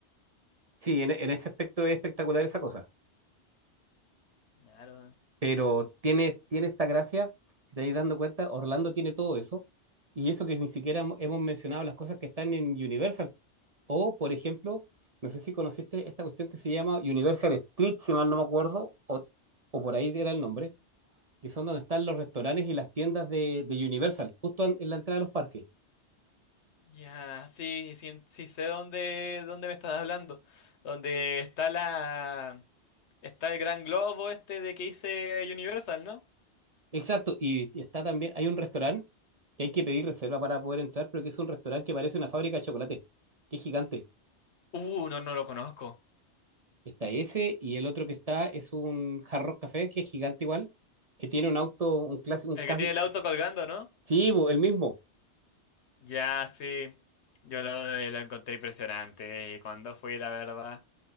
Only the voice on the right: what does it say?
sí, en, en ese aspecto es espectacular esa cosa.
Pero tiene, tiene esta gracia, si te estás dando cuenta, Orlando tiene todo eso. Y eso que ni siquiera hemo- hemos mencionado las cosas que están en Universal. O, por ejemplo, no sé si conociste esta cuestión que se llama Universal Street, si mal no me acuerdo, o, o por ahí era el nombre, que son donde están los restaurantes y las tiendas de, de Universal, justo en en la entrada de los parques.
Exacto, y está también, hay un restaurante que hay que pedir reserva para poder entrar, pero que es un restaurante que parece una fábrica de chocolate, que es gigante.
Está ese y el otro que está es un Hard Rock Café, que es gigante igual, que tiene un auto, un clásico, un
casi,
sí, bo, el mismo.